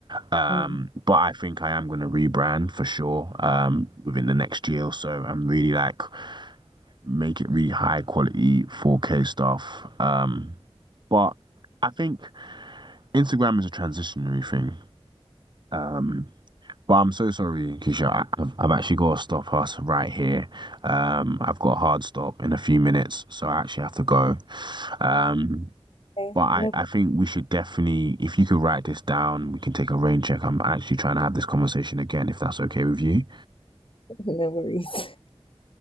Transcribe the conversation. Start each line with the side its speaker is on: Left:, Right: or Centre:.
Right: Um,
Left: Mm,
Right: but I think I am going to rebrand for sure um, within the next year or so. I'm really like make it really high quality 4K stuff. Um, but I think Instagram is a transitionary thing. Um, but I'm so sorry, Keisha. I, I've I've actually got to stop us right here. Um, I've got a hard stop in a few minutes, so I actually have to go. Um,
Left: Okay,
Right: but I,
Left: no,
Right: I think we should definitely, if you could write this down, we can take a rain check. I'm actually trying to have this conversation again, if that's okay with you.
Left: <laughs> no worries.